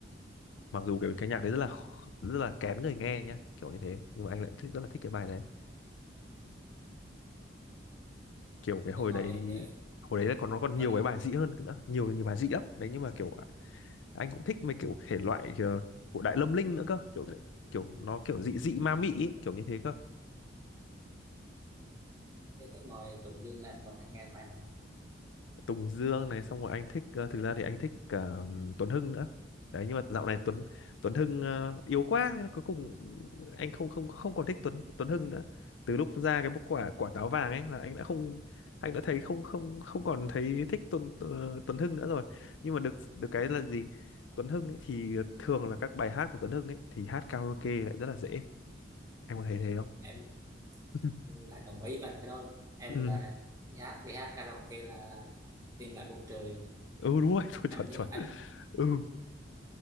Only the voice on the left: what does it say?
Mặc dù cái cái nhạc đấy rất là khó- rất là kén người nghe nhá, kiểu như thế, nhưng mà anh lại thích rất là thích cái bài đấy. Kiểu cái hồi
đấy
hồi đấy là còn nó còn
nhiều
cái bài dị hơn nữa, nhiều nhiều bài dị lắm. Đấy nhưng mà kiểu anh cũng thích mấy kiểu thể loại ờ, của Đại Lâm Linh nữa cơ kiểu kiểu nó kiểu dị dị ma mị ý, kiểu như thế cơ
Tùng Dương này xong rồi anh thích ờ, thực ra thì anh thích cả ừm, Tuấn Hưng nữa đấy nhưng mà dạo này Tuấn Tuấn Hưng ờ, yếu quá cuối cùng anh không không không còn thích Tuấn Tuấn Hưng nữa từ lúc ra cái quả quả táo vàng ấy là anh đã không anh đã thấy không không không còn thấy thích Tuấn ờ, Tuấn Hưng nữa rồi nhưng mà được được cái là gì Tuấn Hưng ấy thì thường là các bài hát của Tuấn Hưng ấy thì hát karaoke lại rất là dễ em có thấy thế không
<laughs>
ừ
ừ đúng rồi <laughs> chuẩn
chuẩn chuẩn
ừ